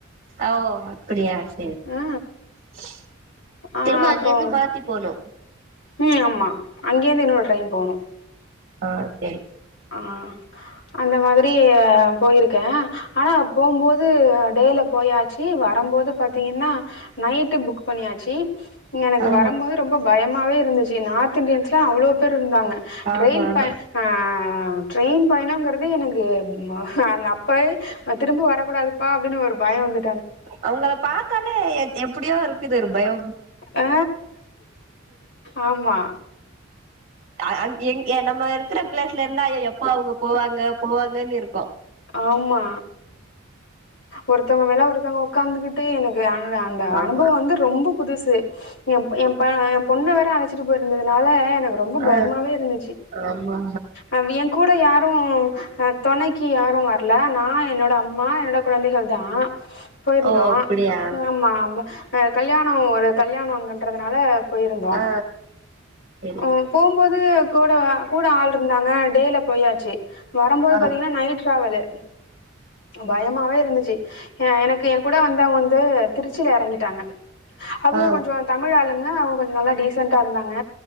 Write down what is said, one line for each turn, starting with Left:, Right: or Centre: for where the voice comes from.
Right: ஓ அப்பிடியா <unintelligible>
Left: ஆ ஆ
Right: திரும்ப
Left: அப்புறோ
Right: அங்கேர்ந்து மாத்தி போ னு
Left: ம் ஆமா அங்கேருந்து இன்னொரு ட்ரெயின் போனு
Right: ஆ சேரி
Left: ஆ அந்த மாதிரி போயிருக்கே ஆனா போம்போது டேல போயாச்சி வரம்போது பாத்தீங்கன்னா நைட்டு புக் பண்ணியாச்சி எனக்கு
Right: ஆ
Left: வரம்போது ரொம்ப பயமாவே இருந்துச்சு நார்த் இன்டியன்ஸ் தா அவ்ளோ பேர்ருந்தாங்க
Right: ஆமா
Left: ரயில் ப ஆ ட்ரெயின் பயணொங்குறது எனக்கு ந பொய் அ திரும்ப வரக்கூடாதுப்பா அப்டின் ஒரு பய வந்து
Right: அவுங்கள பாத்தாலே எப்புடியோ இரு க்குது ஒரு பயொ
Left: ஆ ஆமா
Right: அ அங் எங் எ நம்ம இருக்குற ப்ளேஸ்ல இருந்து ஐயோ எப்போ அவுங்க போவாங்க போவாங்கன் இருக்
Left: ஆமா ஒருத்தவ்ங்க மேல ஒருத்தங்க ஒக்காந்துகுட்டு எனக்கு அ இல்ல அந்த
Right: ஆமா
Left: அனுபவ வந்து ரொம்ப புதுசு எம்ப எம் ப எ பொண்ண வேற அழச்சிட்டு போயி ருந்ததுனால எனக்கு ரொம்ப பயமாவே
Right: ஆ
Left: இருந்துச்சி
Right: ஆமா
Left: அ எ கூட யாரு அ தொணக்கி‌ யாரு வர்ல நா என்னோட அம்மா என்னோட கொழந்தைகள் தா போயிருந்தோ
Right: ஓ அப்படியா
Left: ஆமா ஆமா அ கல்யாணொ ஒரு கல்யாணொ அங்கன்றதுனால போயிருந்தோ
Right: ஆ சரி
Left: அ போம்போது கூடவ கூட ஆள்ருந்தாங்க டேல போயாச்சு வரம்போது
Right: ஆ
Left: பாத்தீங்கனா நைட் ட்ராவலு பயம் சும்மாவே இருந்துச்சி எ எனக்கு எங்கூட வந்தவங்க வந்து திருச்சில எறங்கிடாங்க அவுங்க
Right: ஆ
Left: கொஞ்சோ தமிழ் ஆளுங்க அவுங்க கொஞ்சோ நல்லா டீஸ் டீசண்டா இருந்தாங்க